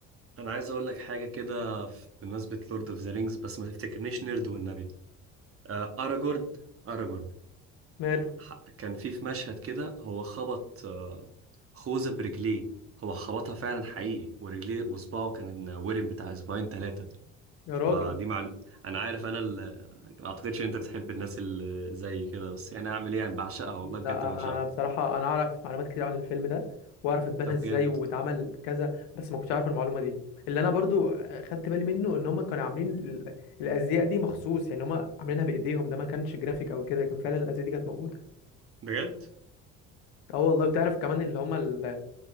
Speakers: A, on the right (about 40°); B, on the left (about 75°).
A: انا عايز اقول لك حاجه كده في- بمناسبه لورد اوف ذا رينجز بس ما تفتكرنيش نيرد والنبي آه، اراجورن اراجورن
B: ماله
A: ح- كان في في مشهد كده هو خبط آه، خوذة برجليه هو خبطها فعلا حقيقي ورجليه وصباعه كان ورم بتاع اسبوعين ثلاثة
B: يا
A: فدي
B: راجل
A: معلومة انا عارف انا ال... ما اعتقدش ان انت بتحب الناس اللي زي كده بس يعني اعمل ايه يعني بعشقها والله
B: لا
A: بجد بعشقها
B: انا بصراحة انا اعرف معلومات كتير عن الفيلم ده واعرف اتبنى
A: طب
B: ازاي
A: جامد
B: واتعمل كذا بس ما كنتش عارف المعلومة دي اللي انا برضو خدت بالي منه ان هم كانوا عاملين ال- الازياء دي مخصوص يعني هم عاملينها بايديهم ده ما كانش جرافيك او كده كان فعلا الازياء دي كانت موجودة
A: بجد
B: اه والله بتعرف كمان اللي هما ال...